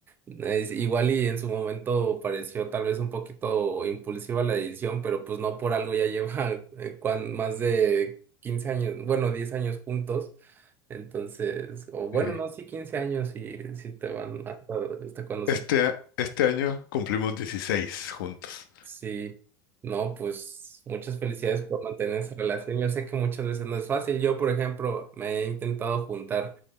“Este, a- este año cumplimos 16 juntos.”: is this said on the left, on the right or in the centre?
Left